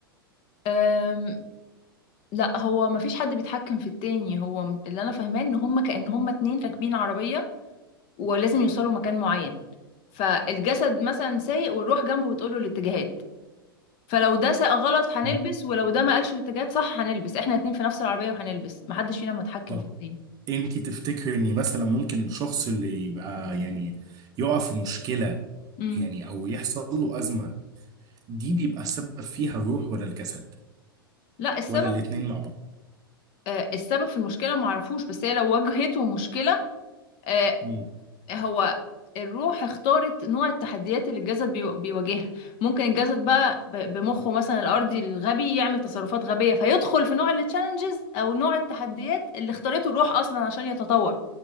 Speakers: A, on the left; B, on the right.
A: أم، لا هو ما فيش حد بيتحكم في التاني هو م- اللي انا فاهماه ان هم كأن هم اتنين راكبين عربية ولازم يوصلوا مكان معين فالجسد مثلا سايق والروح جنبه بتقوله الاتجاهات فلو ده ساق غلط هنلبس
B: اه
A: ولو ده ما قالش الاتجاهات صح هنلبس احنا اتنين في نفس العربية وهنلبس محدش فينا متحكم
B: طبعا
A: في التاني
B: انت تفتكري ان مثلا ممكن الشخص اللي يبقى يعني يقع في مشكلة
A: امم
B: يعني او يحصل له أزمة دي بيبقى السبب فيها الروح ولا الجسد
A: لا السبب
B: ولا الاتنين مع بعض
A: آه، السبب في المشكلة معرفوش بس هي لو واجهته مشكلة آه،
B: مم.
A: هو الروح اختارت نوع التحديات اللي الجسد بيو- بيواجهها ممكن الجسد بقى ب- بمخه مثلا الارضي الغبي يعمل تصرفات غبيه فيدخل في نوع التشالنجز او نوع التحديات اللي اختارته الروح اصلا عشان يتطور